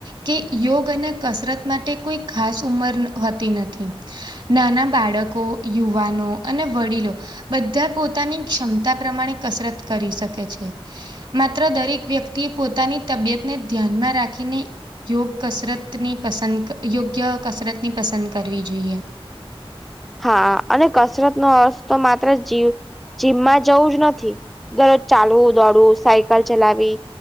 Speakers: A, on the right; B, in the centre.
A: કે યોગ અને કસરત માટે કોઈ ખાસ ઉંમર હોતી નથી. નાના બાળકો, યુવાનો અને વડીલો બધા પોતાની ક્ષમતા પ્રમાણે કસરત કરી શકે છે. માત્ર દરેક વ્યક્તિએ પોતાની તબિયતને ધ્યાનમાં રાખીને. યોગ કસરતની પસંદ યોગ્ય કસરતની પસંદ કરવી જોઈએ.
B: હા અને કસરત નો અર્થ તો માત્ર જીવ. જીમમાં જવું જ નથી દરરોજ ચાલવું દોડવું સાયકલ ચલાવી